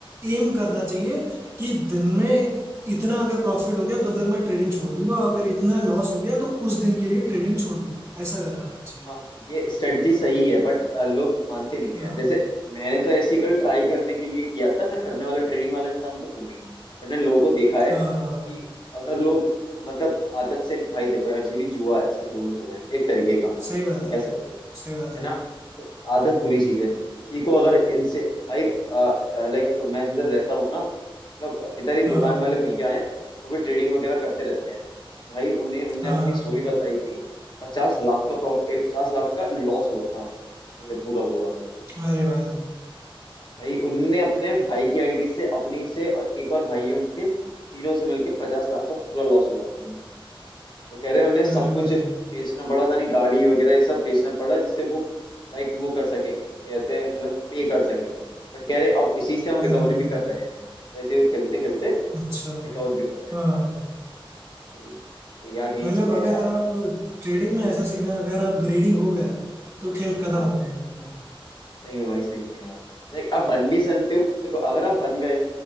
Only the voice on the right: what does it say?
एम करना चाहिए कि दिन में इतना अगर प्रॉफिट हो गया तो फिर मैं ट्रेडिंग छोड़ दूंगा और अगर इतना लॉस हो गया तो उस दिन के लिए ट्रेडिंग छोड़ दूंगा ऐसा करना चाहिए
हाँ
हाँ
हाँ
सही बात
है
सही बात
है
हाँ
हाँ
हाँ
अरे भाई
अरे
भाई
हाँ
हाँ,
अच्छा
हाँ
हाँ।
मतलब
अगर
आप ट्रेडिंग में ऐसा सीन है अगर आप ग्रीडी हो गए तो खेल खत्म
हो जाएगा आपका